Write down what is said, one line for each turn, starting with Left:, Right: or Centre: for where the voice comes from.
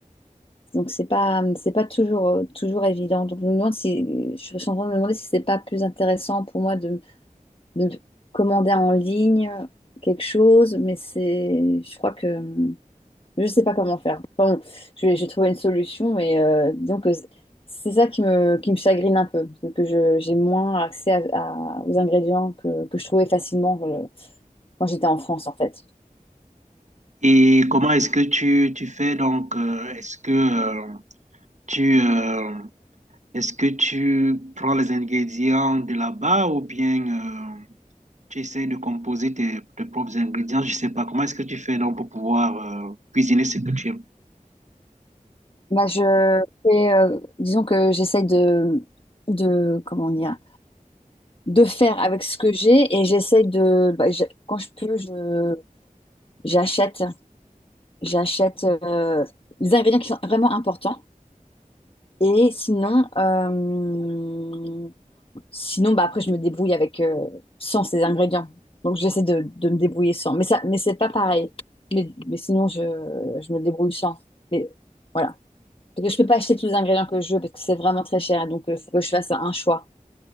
Left: Donc c'est pas c'est pas toujours euh, toujours évident. Donc je me demande si je suis en train de me demander si c'est pas plus intéressant pour moi de, de commander en ligne quelque chose, mais c'est je crois que euh, je sais pas comment faire. Enfin, bon, je vais- j'ai trouvé une solution, mais euh, disons que c'est ça qui me qui me chagrine un peu, c'est que je j'ai moins accès à- à- aux ingrédients que, que je trouvais facilement euh, quand j'étais en France en fait.
Right: Et comment est-ce que tu, tu fais donc? euh, est-ce que euh, tu, euh, Est-ce que tu prends les ingrédients de là-bas ou bien euh, tu essaies de composer tes, tes propres ingrédients? Je sais pas. Comment est-ce que tu fais donc pour pouvoir euh, cuisiner ce que tu aimes?
Left: Bah, je fais, euh, disons que j'essaye de, de, comment dire, de faire avec ce que j'ai et j'essaye de, bah, je- quand je peux, je, j'achète, j'achète euh, des ingrédients qui sont vraiment importants. Et sinon, euh, sinon, bah, après, je me débrouille avec, euh, sans ces ingrédients. Donc, j'essaie de, de me débrouiller sans. Mais ça, mais c'est pas pareil. Mais, mais sinon, je, je me débrouille sans. Mais voilà. Parce que je peux pas acheter tous les ingrédients que je veux parce que c'est vraiment très cher. Donc, il faut que je fasse un choix.